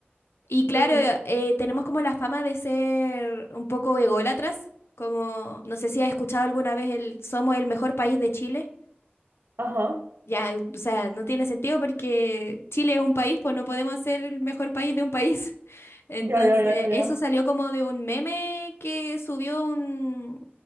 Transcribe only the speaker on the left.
Y claro,
eh, tenemos como la fama de ser un poco ególatras, como, no sé si has escuchado alguna vez el somos el mejor país de Chile.
Ya, o sea, no tiene sentido porque Chile es un país, pues no podemos ser el mejor país de un país. Entonces,
eso salió como de un meme que subió un,